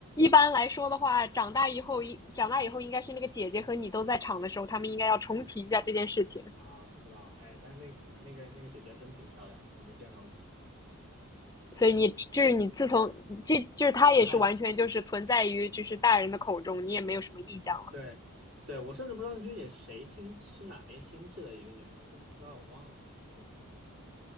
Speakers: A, on the left; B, on the right.
A: 般来说的话，长大以后，长大以后应该是那个姐姐和你都在场的时候，他们应该要重提一下这件事情。
B: 啊，不知道，哎，但是那可能那个那个姐姐真挺漂亮的，我没见到过，对，
A: 所以你就是你自从这就是他也是完全就是存在于就是大人的口中，
B: 遗憾。
A: 你也没有什么印象了。
B: 对，对，我甚至不知道那学姐是谁亲，是哪边亲戚的一个女儿，我都不知道，我忘了。对，